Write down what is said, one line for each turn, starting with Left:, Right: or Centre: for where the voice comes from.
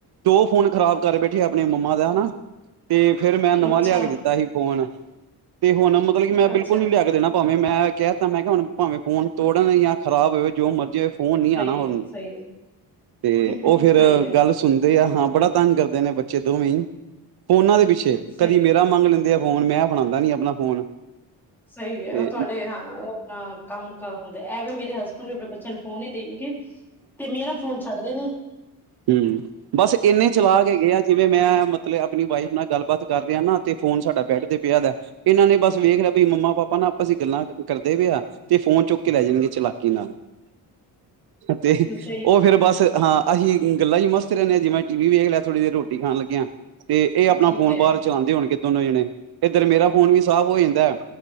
Right: ਦੋ ਫੋਨ ਖਰਾਬ ਕਰ ਬੈਠੇ ਆ ਆਪਣੇ ਮੰਮਾ ਦਾ ਨਾ, ਤੇ ਫਿਰ
Centre: ਹੈ
Right: ਮੈਂ ਨਵਾਂ
Centre: ਅੱਛਾ
Right: ਲਿਆ ਕੇ ਦਿੱਤਾ ਸੀ ਫੋਨ, ਤੇ ਹੁਣ ਮਤਲਬ ਕਿ ਮੈਂ ਬਿਲਕੁਲ
Centre: ਅੱਛਾ
Right: ਨੀ ਲਿਆ ਕੇ ਦੇਣਾ ਭਾਵੇਂ ਮੈਂ, ਕਹਿ ਦਿੱਤਾ ਮੈਂ ਕਿਹਾ ਹੁਣ ਭਾਵੇਂ ਫੋਨ ਤੋੜਨ ਜਾਂ ਖਰਾਬ ਹੋਵੇ ਜੋ ਮਰਜ਼ੀ ਹੋਵੇ। ਫੋਨ ਨੀ
Centre: ਸਹੀ
Right: ਆਉਣਾ ਹੁਣ,
Centre: ਹੈ ਸਹੀ
Right: ਤੇ ਉਹ
Centre: ਹੈ
Right: ਫਿਰ
Centre: ਸਹੀ ਹੈ
Right: ਗੱਲ ਸੁਣ ਦੇ ਆ ਹਾਂ ਬੜਾ ਤੰਗ ਕਰਦੇ ਨੇ ਬੱਚੇ ਦੋਵੇਂ, ਫੋਨਾਂ ਦੇ ਪਿੱਛੇ
Centre: ਸਹੀ
Right: ਕਦੀ ਮੇਰਾ
Centre: ਹੈ
Right: ਮੰਗ ਲੈਂਦੇ ਆ। ਫੋਨ ਮੈਂ ਫੜਾਦਾ ਨੀ ਆਪਣਾ ਫੋਨ
Centre: ਸਹੀ ਹੈ,
Right: ਤੇ
Centre: ਉਹ ਤੁਹਾਡੇ ਹਾਂ, ਉਹ ਹ ਕੰਮ ਕ ਹੁੰਦੇ ਇਹ ਵੀ ਮੇਰੇ ਹਸਬੈਂਡ ਹੁਣ ਵੀ ਆਪਣੇ ਬੱਚਿਆਂ ਨੂੰ ਫੋਨ ਨਹੀਂ ਦੇਣਗੇ, ਤੇ ਮੇਰਾ ਫੋਨ ਛੱਡਦੇ ਨੀ।
Right: ਹੂੰ, ਬਸ ਇੰਨੇ ਚਲਾਕ
Centre: ਬਿਲਕੁਲ
Right: ਹੈਗੇ ਆ। ਜਿਵੇਂ ਮੈਂ, ਮਤਲਬ ਆਪਣੀ ਵਾਈਫ ਨਾਲ ਗੱਲਬਾਤ ਕਰ ਰਿਹਾ, ਨਾ ਤੇ ਫੋਨ ਸਾਡਾ ਬੈਡ ਤੇ ਪਿਆ ਦਾ। ਇਹਨਾਂ ਨੇ ਬਸ ਵੇਖ ਲਿਆ, ਬਈ ਮੰਮਾ ਪਾਪਾ ਨਾ ਆਪਸ ਚ ਗੱਲਾਂ ਕਰਦੇ ਪਏ ਆ, ਤੇ ਫੋਨ ਚੁੱਕ ਕੇ ਲੈ ਜਾਣਗੇ ਚਲਾ ਕੀ ਨਾਲ, ਤੇ
Centre: ਸਹੀ
Right: ਉਹ
Centre: ਹੈ
Right: ਫਿਰ ਬਸ ਹਾਂ। ਅਸੀਂ ਗੱਲਾਂ ਚ ਹੀ ਮਸਤ ਰਹਿਣੇ ਹਾਂ, ਜਿਵੇ ਟੀ ਵੀ ਵੇਖ ਲਿਆ ਥੋੜੀ ਦੇਰ ਰੋਟੀ ਖਾਣ ਲੱਗਿਆ। ਤੇ ਇਹ ਆਪਣਾ
Centre: ਠੀਕ
Right: ਫੋਨ
Centre: ਹੈ
Right: ਬਾਹਰ ਚਲਾਉਂਦੇ ਹੋਣਗੇ ਦੋਨੋ ਜਾਣੇ, ਇੱਧਰ ਮੇਰਾ ਫੋਨ ਵੀ ਸਾਫ਼ ਹੋ ਜਾਂਦਾ ਹੈ।